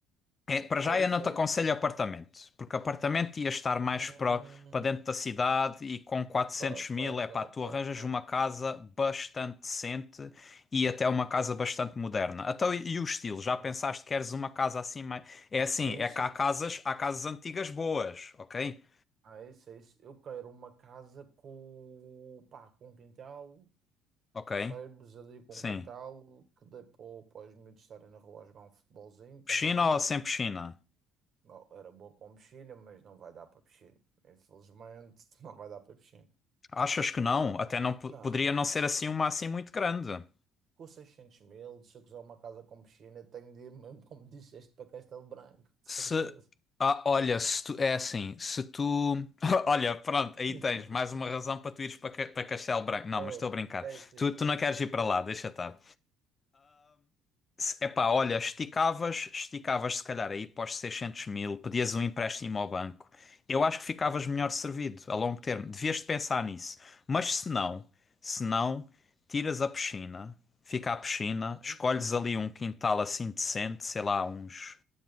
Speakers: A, on the left; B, on the right.
A: É, para já
B: é
A: eu
B: isso,
A: não te
B: é
A: aconselho
B: isso.
A: apartamento, porque apartamento ia estar mais
B: Hum,
A: para, para dentro da cidade e com quatrocentos
B: ok, ok,
A: mil, é pá,
B: ok,
A: tu
B: ok,
A: arranjas uma casa bastante decente e até uma casa bastante moderna. Então, e, e o estilo?
B: ok.
A: Já pensaste que queres uma casa assim mais... É assim,
B: É isso,
A: é que há
B: é
A: casas,
B: isso.
A: há casas antigas boas, ok?
B: Ah, é isso, é isso. Eu quero uma casa com, pá, com um quintal,
A: Ok,
B: percebes? Ali com
A: sim.
B: um quintal que dê para, para os miúdos estarem na rua a jogar um futebolzinho também.
A: Piscina ou sem piscina?
B: Não, era boa com piscina, mas não vai dar para piscina. Infelizmente, <laughs> não vai dar para piscina.
A: Achas que não? Até não po-
B: Não,
A: poderia
B: não.
A: não ser assim uma assim muito grande.
B: Com 600 mil, se eu quiser uma casa com piscina, tenho de ir mesmo, como disseste, para Castelo Branco, de
A: Se.
B: certeza.
A: Ah, olha, se tu. É assim, se tu. <laughs> Olha, pronto, aí
B: <laughs>
A: tens mais uma razão para tu ires para, Ca- para Castelo Branco. Não,
B: Oh,
A: mas estou a brincar.
B: é isso. aí.
A: Tu, tu não queres ir para lá, deixa estar. Se- Epá, olha, esticavas, esticavas se calhar aí para os 600 mil, pedias um empréstimo ao banco. Eu acho que ficavas
B: Hum,
A: melhor servido a longo termo. Devias de pensar nisso. Mas se não, se não, tiras a piscina, fica a piscina,
B: hum,
A: escolhes ali um quintal assim decente,
B: hum, ok.
A: sei lá, uns.